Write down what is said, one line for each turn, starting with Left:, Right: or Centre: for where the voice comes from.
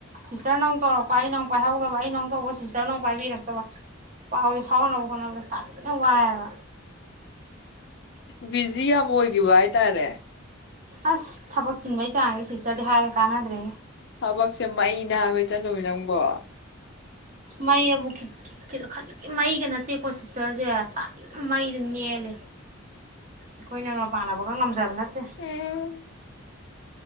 Right: ꯁꯤꯁꯇꯔ ꯅꯨꯡ ꯇꯧꯔꯛꯄ ꯑꯩ ꯅꯨꯡ ꯄꯥꯏꯍꯧꯗꯕ ꯑꯩ ꯅꯨꯡ ꯇꯧꯕ ꯁꯤꯁꯇꯔ ꯑꯥ ꯄꯥꯏꯕꯤꯔꯛꯇꯕ ꯐꯥꯎꯖꯦ ꯐꯥꯎꯅꯅꯕ ꯀꯣꯠꯅꯕꯗ ꯁꯥꯠ ꯊꯤꯅ ꯋꯥꯔꯦ
Left: ꯕꯤꯖꯤ ꯌꯥꯝꯕ ꯑꯣꯏꯈꯤꯕ ꯍꯥꯏꯇꯥꯔꯦ
Right: ꯑꯁ ꯊꯕꯛ ꯆꯤꯟꯕꯩ ꯆꯥꯡꯒꯦ ꯁꯤꯁꯇꯔꯗꯤ ꯍꯥꯏꯔꯒ ꯀꯥꯟꯅꯗ꯭ꯔꯦ
Left: ꯊꯕꯛꯁꯦ ꯃꯩꯅ ꯍꯥꯏꯕ ꯏꯆꯟꯇꫭꯝꯕꯤ ꯅꯪꯕꯣ
Right: ꯃꯩ ꯑꯕꯨ ꯈꯤꯖꯤꯛꯀꯤ ꯃꯩꯒ ꯅꯠꯇꯦ ꯀꯣꯁꯤꯁ ꯏꯁꯇꯔꯁꯦ ꯁꯥꯇꯤꯝ ꯃꯩꯗ ꯅꯦꯜꯂꯦ ꯑꯩꯈꯣꯏꯅꯒ ꯄꯥꯟꯅꯕꯒ ꯉꯝꯖꯕ ꯅꯠꯇꯦ
Left: ꯎꯝ